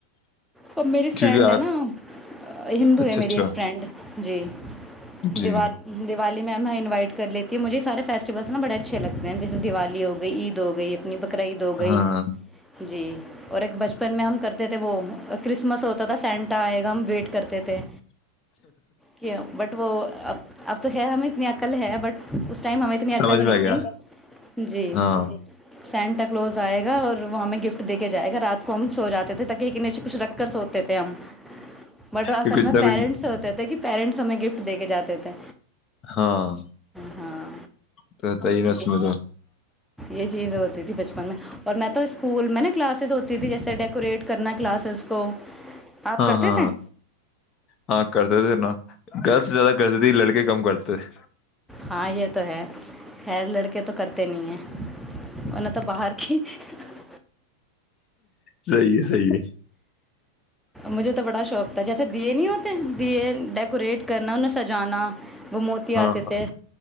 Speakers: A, in the centre; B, on the left (about 30°).
A: ا میری فرینڈ
B: کیونکہ آپ
A: ہے نا ہندو
B: اچھا
A: ہے میری
B: اچھا
A: ایک فرینڈ جی
B: جی
A: دیال دیوالی میماں انوائٹ کر لیتی ہ مجھے سے فیٹیولس نا بڑے اچھے لگتے ہیں جیسے دیوالی گئی عید ہو گئی اپنی قرعید ہو گئی
B: ہاں
A: جی اور ایک بچپن میں ہم کرتے وہ کسمس ہوتا د سینٹا آئے گا وٹ کرتے تھے کہ بٹ وہ ا تو ہی ہمیں اتنی اقل ہے بٹ اس ٹائم ہمیں اتنی عقل
B: سمجھ میں
A: نہیں
B: آ گیا
A: تھی جی
B: ہاں
A: سینٹا کلوز آئے گا اور وہ ہمیں گفٹ دے کے ج جائے گا رات کو ہم سو جے تھے تک کے نیچے کچھ رکھ کر سوتے تھے ہم بٹ اصل
B: یہ کچھ
A: میں
B: نہ
A: پیرنٹس
B: کچھ
A: سے ہوتے تھے کہ پییرنٹس ہمیں گفٹ دے کے جاتے تھے
B: ہاں
A: ہاں
B: توتا ہی نس
A: یہ
B: ملو
A: یہ چیز ہوتی تھی بچپن میں اور میں تو اس اسکول میں نے کلاس ہوتیھی جیسے ڈیکوریٹ ویٹ کرنا کلاسز کو آپ
B: ہاں
A: کرتے
B: ہاں
A: تھے
B: ہاں کرتے تھ نہ گھر سے زیادہ کر دیتی لڑکے کم کرتے تھے۔
A: ہاں یہ تو ہے خیر لڑکے تو کرتے نہیں ہیں ا تو باہر کی <unintelligible>
B: صی ہے صی ہے
A: مجھے تو بڑا شوق تھا جیسے دیے نہیں ہوتے دیے ڈیکوریٹ کرنا انہیں سجانا وہ موتی آتے
B: ہاں
A: تھے